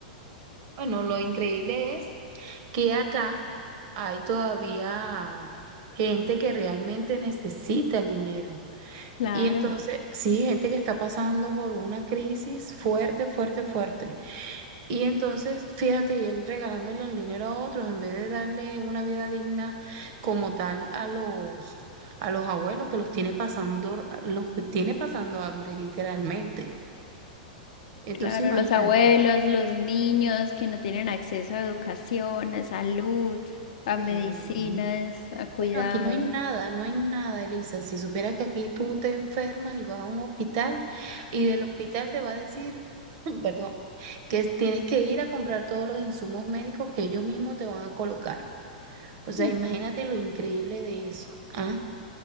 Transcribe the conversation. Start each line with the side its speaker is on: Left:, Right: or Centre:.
Right: Bueno, lo increíble es que acá hay todavía gente que realmente necesita el dinero.
Left: Claro,
Right: Y entonces, sí, gente que está pasando por una crisis fuerte, fuerte, fuerte. Y entonces, fíjate, y él regalándole el dinero a otros en vez de darle una vida digna como tal a los, a los abuelos que los tiene pasando, los tiene pasando hambre, literalmente. Entonces,
Left: claro,
Right: imagínate.
Left: los abuelos, los niños que no tienen acceso a educación, a salud,
Right: Sí.
Left: a medicinas, a cuidados.
Right: Bueno, aquí no hay nada, no hay nada, Elisa. Si supieras que aquí tú te enfermas y vas a un hospital y
Left: Mm,
Right: del hospital te va a decir, <laughs> perdón, que tienes que ir a comprar todos los insumos médicos que ellos mismos te van a colocar. O sea,
Left: mm,
Right: imagínate lo increíble de eso, ¿ah?